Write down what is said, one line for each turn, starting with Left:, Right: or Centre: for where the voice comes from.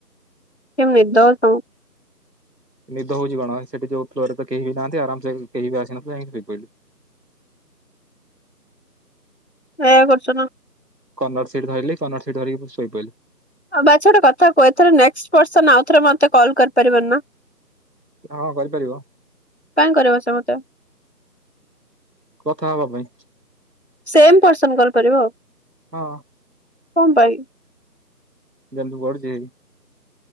Left: କି ନିଦ ତମକୁ।
Right: ନିଦ ହଉଛି କଣ ସେଠି ଯୋଉ ଫ୍ଲୋରେ ତ କେହି ବି ନାହାନ୍ତି ଆରାମସେ କେହି ବି ଆସିନଥିବେ ଯାଇକି ଶୋଇପଇଲି ।
Left: ଏୟା କରୁଛ ନା।
Right: କର୍ନର ସିଟ୍ ଧଇଲି କର୍ନର ସିଟ୍ ଧରିକି ପୁଣି ଶୋଇପଇଲି।
Left: ବାଛ୍ ଗୋଟେ କଥା କୁହ ନେକ୍ସଟ୍ ପର୍ସନ ଆଉଥରେ ମତେ କଲ୍ କରିପାରିବନି ନା।
Right: ହଁ କରିପାରିବ
Left: କଣ କରିବ ସେ ମତେ?
Right: କଥା ହବା ପାଇଁ।
Left: ସେମ ପର୍ସନ କଲ କରିବ।
Right: ହଁ।
Left: କ ପାଇଁ?
Right: କେନ୍ଦୁ ଗଡୁଛି।